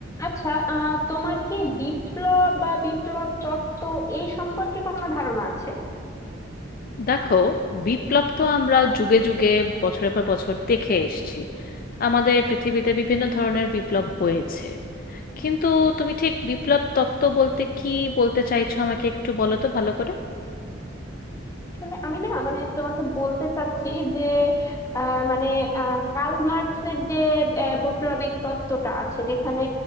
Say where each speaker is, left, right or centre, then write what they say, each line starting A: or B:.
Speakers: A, on the left; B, on the left.
A: আচ্ছা আহ তোমার কি বিপ্লব বা বিপ্লব তত্ত্ব এই সম্পর্কে কোনো ধারণা আছে
B: দেখো বিপ্লব তো আমরা যুগে যুগে বছরের পর বছর দেখে এসেছি আমাদের পৃথিবীতে বিভিন্ন ধরনের বিপ্লব হয়েছে কিন্তু তুমি ঠিক বিপ্লব তত্ত্ব বলতে কি বলতে চাইছো আমাকে একটু বলো তো ভালো করে
A: আসলে আমি না মানে তোমাকে বলতে চাচ্ছি যে আহ, মানে আহ, কার্ল মার্কসের যে আহ, বৈপ্লবিক তত্ত্বটা আছে যেখানে